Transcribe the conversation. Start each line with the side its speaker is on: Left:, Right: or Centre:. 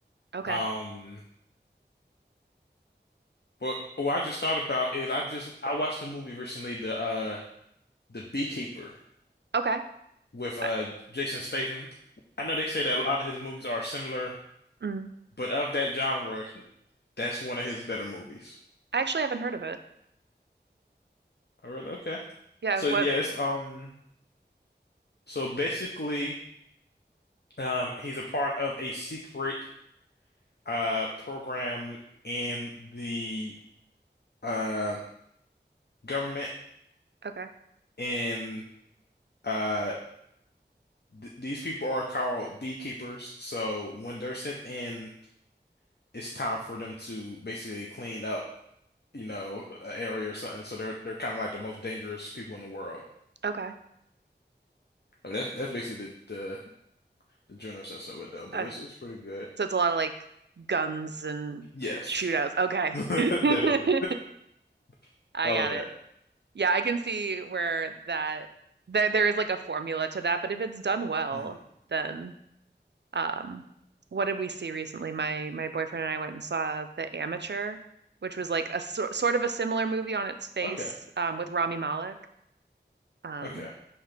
Right: Okay.
Left: Um, But what I just thought about is I just I watched a movie recently, the uh The Beekeeper
Right: Okay.
Left: with uh
Right: I,
Left: Jason Statham. I know they say that a lot of his movies are similar,
Right: mm,
Left: but of that genre, that's one of his better movies.
Right: I actually haven't heard of it.
Left: Oh, really? Okay.
Right: Yeah,
Left: So
Right: what
Left: yes, um, so basically, um, he's a part of a secret uh program in the uh government,
Right: okay.
Left: and uh th these people are called beekeepers. So when they're sent in it's time for them to basically clean up, you know, an area or something. So they're they're kind of like the most dangerous people in the world.
Right: Okay.
Left: I mean, that's that's basically the the, the general sense of it though. But
Right: Okay.
Left: it's it's pretty good.
Right: So it's a lot of like guns and
Left: Yes,
Right: shootouts. Okay.
Left: <laughs>
Right: <laughs>
Left: definitely. <laughs>
Right: I
Left: All
Right: got
Left: of that.
Right: it. Yeah, I can see where that there there is like a formula to that, but if it's done well,
Left: Mm.
Right: then um what did we see recently? My my boyfriend and I went and saw The Amateur, which was like a sor sort of a similar movie on its face
Left: Okay.
Right: um with Rami Malek. Um
Left: Okay.